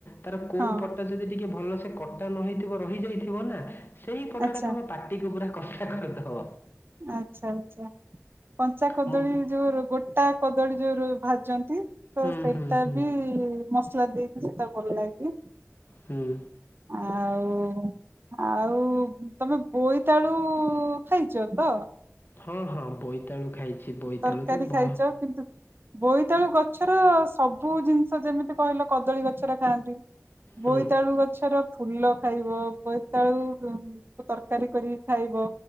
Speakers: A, on the left; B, on the right.
A: ତାର କୋଉ
B: ହଁ
A: ପଟ ଯଦି ଟିକେ ଭଲ ସେ କଟା ନ ହେଇଥିବ ରହିଯାଇଥିବ ନା ସେଇ ପଟ
B: ଆଚ୍ଛା
A: ଟା ତମ ପାଟିକୁୁ ପୁରା କଷା କରିଦବ।
B: ଆଛା, ଆଛା, କଞ୍ଚା କଦଳୀ
A: ମୁଁ-
B: ଯୋଉ ଗୋଟେ ଟ କଦଳୀ ଯୋଉ ଭାଜନ୍ତି ତ
A: ହୁଁ
B: ସେଇଟା
A: ହୁଁ ହୁଁ
B: ବି ଯୋଉ ମସଲା ଦେଇକି ସେଇଟା ଭଲ ଲାଗେ।
A: ହୁଁ।
B: ଆଉ ଆଉ ତମେ ବୋଇତାଳୁ ଖାଇ ସେୟା ତ
A: ହଁ ହଁ ବୋଇତାଳୁ ଖାଇଛି ବୋଇତାଳୁ
B: ତରକାରୀ
A: ତ ବ
B: ଖାଇଛ କିନ୍ତୁ ବୋଇତାଳୁ ଗଛର ସବୁ ଜିନିଷ ଯେମିତି କହିଲ କଦଳୀ ଗଛର ଖାଆନ୍ତି।
A: ହୁଁ
B: ବୋଇତାଳୁ ଗଛର ଫୁଲ ଖାଇବ ବୋଇତାଳୁ ଉ ତରକାରୀ କରି ଖାଇବ।